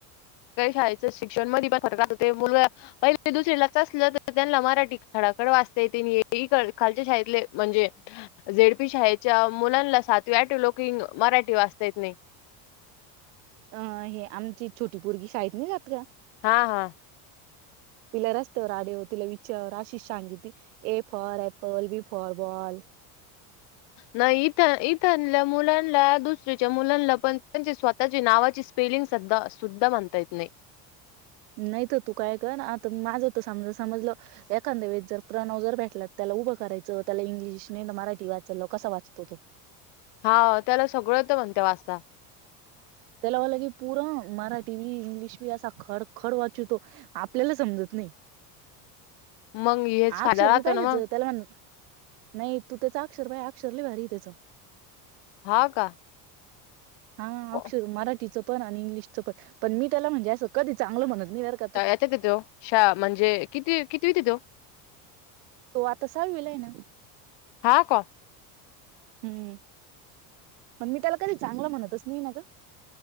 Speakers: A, on the left; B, on the right.
A: काही शाळेच शिक्षण मध्ये प सर हो मुलग. पहि म दुसरी ला चलं तर त्यांना मराठी खडाखड वाचता येेते हे खालच्या शाळेतले म्हणजे,, झेडपी शाळेच्या मुलांना सातवी आठ लोकंग मराठी वाचता येत नाही.
B: अं हे आमची छोटी पोरगी शाळेत नाही जात का.
A: हा हा
B: तिला रस्त्यावर आडव तिला विचवर आशिष सांगित तती A for apple B for बॉ
A: नाही इथ इथल्या मुलांना दुसरीच्या मुलांना पण त्यांचे स्वतःची नावाची स्पेलिंग सध शद्ध माणतायत नाही
B: नाहीत तू काय कर आता माझं तर समज समजलं. एखांदे वेळेस जर प्रणव जर भेटला त्याला उभं करायचं. त्याला इंग्लिश नाही मराठी वाचायला लाव. कसा वाचतो तो.
A: हावं. त्याला सगळं येत म्हणत्या वाचता.
B: त्याला म्हणलं की पूर मराठीबी, इंग्लिशबी असं खड -- खड वाचितो. आपल्याला समजत नइ.
A: मग हेच
B: अक्षर
A: फायदा राहतो
B: भी पायलीत
A: ना मग
B: तेलवन नाही. तू त्याच अक्षर पायं. अक्षर लई भारी हाय त्याच.
A: हा का.
B: हा.
A: को-
B: अक्षर मराठीचं पण आणि इंग्लिशच पण, पण मी त्याला म्हणजे अस असं कधीचं -- चांगलं म्हणत नाही बर का तू.
A: त तो <unintelligible> शा म्हणजे किती कितवीत हाय तो?
B: तो आता सांवीला हेना.
A: हां का.
B: हम्म. पण मी त्याला कधी चांगला म्हणतच नाही ना गं.